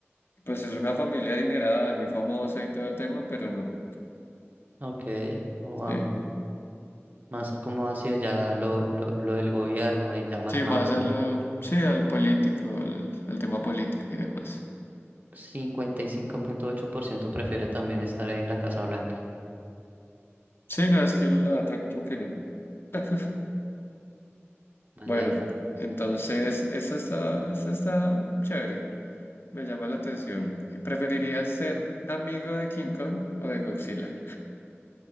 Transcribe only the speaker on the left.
Pues es una familia adinerada y muy famosa y todo el tema, pero no.
Sí,
sí,
más a
lo, sí, al político, al, al tema político y demás.
Sí, no, es que la otra como que no. <laughs>
Bueno,
entonces, esta está, esta está chévere. Me llama la atención. ¿Preferirías ser amigo de King Kong o de Godzilla?